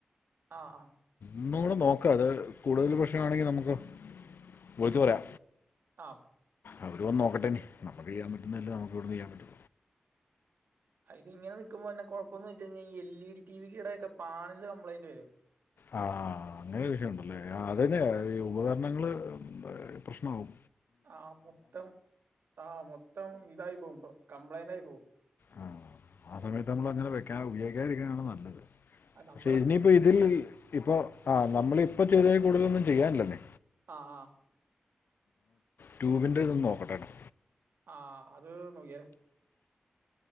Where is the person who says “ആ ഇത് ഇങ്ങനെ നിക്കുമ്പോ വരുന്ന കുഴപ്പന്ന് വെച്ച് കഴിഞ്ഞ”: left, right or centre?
Right